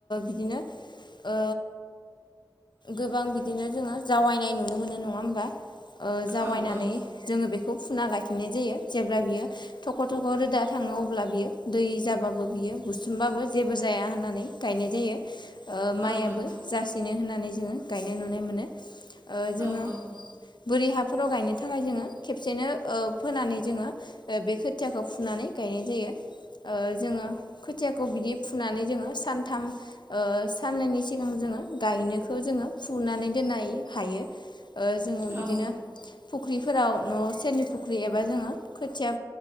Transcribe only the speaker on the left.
बिदिनो ओ गोबां बिदिनो जोंङो जावैनाय नुनो मोनो नंङा होमबा जावायनानै
जोंङो बेखौ फुना गायफिननाय जायो जेब्ला बियो थख' थख' रोदा थांङो अब्ला बियो दै जाबाबो बियो बुसोमबाबो जेबो जाया होननानै गायनाय जायो ओ माइयाबो
जासिनो होननानै जोंङो गायनाय नुनो मोनो ओ जोंङो
बोरि हाफोराव गायनो थाखाय जोंङो खेब सेनो ओ फोनानै जोंङो बे खोथियाखौ फुनानै गायनाय जायो ओ जोंङो खोथियाखौ बिदि फुनानै जोंङो सानथाम ओ साननैनि सिगां जोंङो गायनोखौ जोंङो फुनानै दोननाय हायो ओ जोंङो बिदिनो
फुख्रिफोराव न' सेरनि फुख्रि एबा जोंङो खोथिया